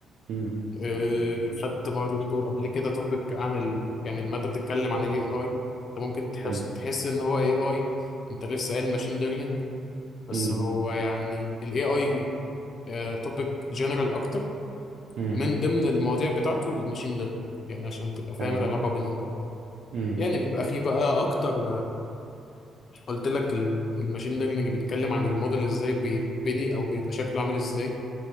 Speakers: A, on the right; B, on the left.
A: امم
B: آه، خدت برضو قبل كده توبيك عن ال... يعني المادة بتتكلم عن الاي اي انت ممكن تحس
A: حلو
B: تحس ان هو اي اي انت لسه قايل ماشين ليرنينج بس
A: امم
B: هو يعني الاي اي توبيك جنرال اكتر
A: امم
B: من ضمن المواضيع بتاعته الماشين ليرنينج يعني عشان تبقى فاهم
A: حلو
B: العلاقة بينهم برضه
A: امم
B: يعني بيبقى فيه بقى أكتر قلت لك ال- الماشين ليرنينج بيتكلم عن الموديل ازاي بيتبني او بيبقى شكله عامل ازاي